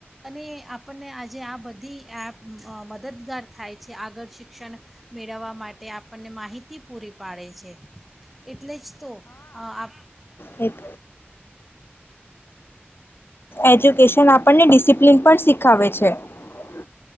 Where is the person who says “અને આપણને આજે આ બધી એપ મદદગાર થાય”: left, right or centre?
Centre